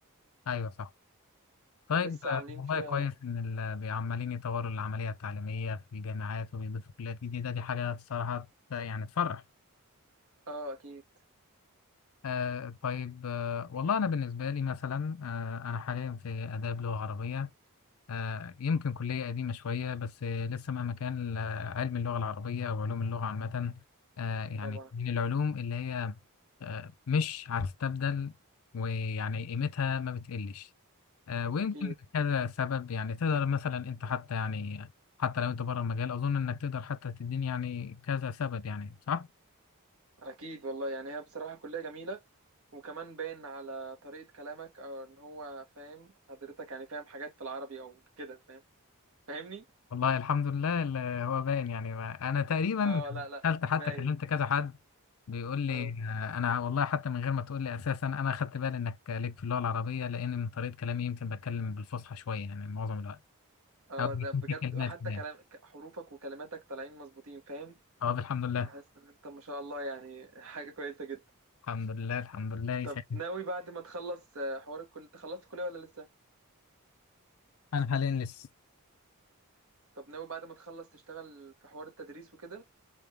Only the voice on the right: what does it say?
لسه
عاملين
فيها
اه أكيد
طبعا
أكيد
أكيد والله يعني هي بصراحة كلية جميلة وكمان باين على طريقة كلامك أو إن هو فاهم حضرتك يعني فاهم حاجات في العربي أو كده فاهم فاهمني؟
اه لا لا
باين
اه
اه
ده بجد
حتى
كلام
ك- حروفك وكلماتك طالعين مظبوطين فاهم؟
حاسس إن أنت ما شاء الله يعني <laughs> حاجة كويسة جدا
طب ناوي بعد ما تخلص آه، حوار الكلية أنت خلصت الكلية ولا لسه؟
طب ناوي بعد ما تخلص تشتغل في حوار التدريس وكده؟